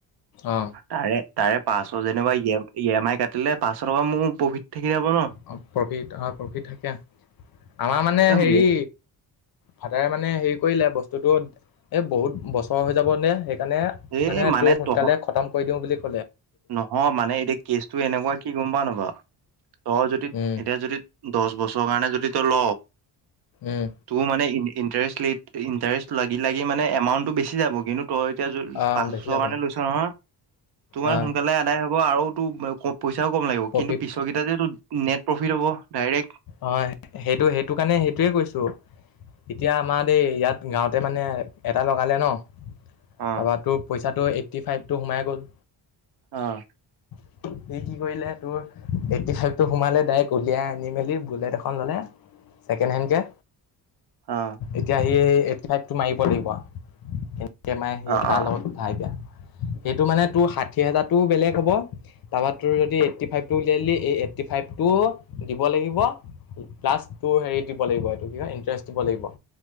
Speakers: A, on the left; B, on the right.
A: অ
B: তাৰে তাৰে পাঁচশ যেনিবা ই ই এম আই কাটিলে পাঁচশ টকা মোৰ প্ৰফিট। থাকি যাব ন।
A: অ প্ৰফিট হয় প্ৰফিট থাকে আমাৰ মানে
B: এ
A: হেৰি
B: মোক
A: ফাদাৰে মানে হেৰি কৰিলে বস্তু ততো এই বহুত বছৰ হৈ যাবে নে‌, সেইকাৰণে
B: এই
A: মানে তোৰ সোনকালে
B: তহ
A: খতম কৰি দিওঁ বুলি ক
B: নহয় মানে এতিয়া কেচটো এনেকুৱা কি গম পা নাপা? তই যদি
A: উম
B: এতিয়া যদি দছ বছৰৰ কাৰণে যদি তই ল
A: উম
B: তোৰ মানে ইণ্টাৰেষ্ট ইন্টাৰেষ্ট লাগি লাগি মানে এমাউন্টটো বেছি যাব কিন্তু ত এতিয়া য
A: আহ
B: পাঁচ
A: বেছি
B: বছৰ
A: যাব
B: কাৰণে লৈছ নহয় তোমাৰ
A: আহ
B: শু হ'ব আৰুতো পইচাও কম লাগিব,
A: প্ৰফিট
B: কিন্তু পিছকেইটা যেটো নেট প্ৰফিট হ'ব ডাইৰেক্ট।
A: অ সেইটো সেইটো কাৰণে সেইটোোৱে কৈছো। এতিয়া আমাৰ দেই, ইয়াত গাঁৱতে মানে এটা লগালে ন। তাৰপৰা
B: অ'।
A: তোৰ পইচাটো এইটি ফাইভটো সোমাই গ'ল।
B: অ',
A: স কি কৰিলে তোৰ এইটটি ফাইভ টো সোমালে ডাইৰেক্ট উলিয়াই আনি মেলি বুলেট এখন ল'লে, ছেকেণ্ড হেণ্ডকে
B: অ'।
A: এতিয়া সি এইট ফাইভ টো মাৰিব লাগিব, কেনেকে মে স
B: অ',
A: তাৰ
B: অ',
A: লগত উঠাই দিয়া। সেইটো মানে তোৰ ষাঠি হাজাৰতটো বেলেগ হ'ব তাৰপৰা তোৰ যদি এইটটি ফাইভটো উলিয়াই দিলি এ এইট ফটি ফাইভটো দিব লাগিব। প্লাছ টু হেৰি দিব লাগিব এইটো কি হয় ইণ্টাৰেষ্ট দিব লাগিব।